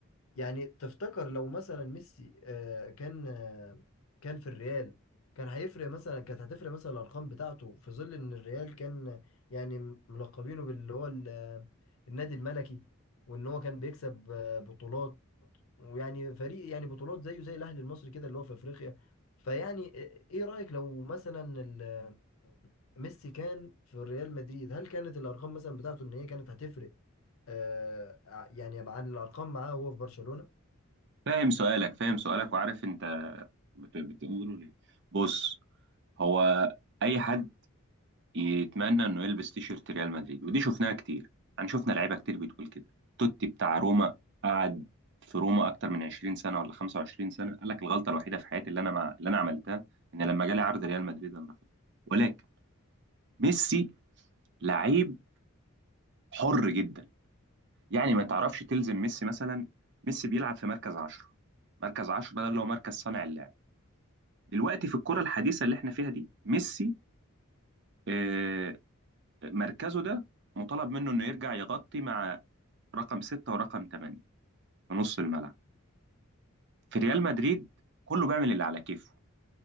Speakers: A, on the left (about 70°); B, on the right (about 55°).
A: يعني تفتكر لو مثلا ميسي آه، كان آه، كان في الريال كان هيفرق مثلا كانت هتفرق مثلا الأرقام بتاعته في ظل إن الريال كان يعني ملقبينه باللي هو ال- آه، النادي الملكي وإن هو كان بيكسب آه، بطولات ويعني فريق يعني بطولات زيه زي الاهلي المصري كده اللي هو في افريقيا فيعني ايه إيه رايك لو مثلا ال- ميسي كان في ريال مدريد هل كانت الارقام مثلا بتاعته ان هي كانت هتفرق آه ع- يعني عن الارقام معاه وهو في برشلونه
B: فاهم سؤالك فاهم سؤالك وعارف انت بت- بتقولوا ليه بص هو اي حد يتمنى انه يلبس تيشيرت ريال مدريد ودي شفناها كتير يعني شفنا لعيبه كتير بتقول كده توتي بتاع روما قعد في روما اكتر من 20 سنه ولا 25 سنه قال لك الغلطه الوحيده في حياتي اللي انا مع... اللي انا عملتها ان لما جالي عرض ريال مدريد انا رفضت ولكن ميسي لعيب حر جدا يعني ما تعرفش تلزم ميسي مثلا ميسي بيلعب في مركز 10 مركز 10 ده اللي هو مركز صانع اللعب دلوقتي في الكره الحديثه اللي احنا فيها دي ميسي آه، مركزه ده مطالب منه انه يرجع يغطي مع رقم ستة ورقم ثمانية في نص الملعب في ريال مدريد كله بيعمل اللي على كيفه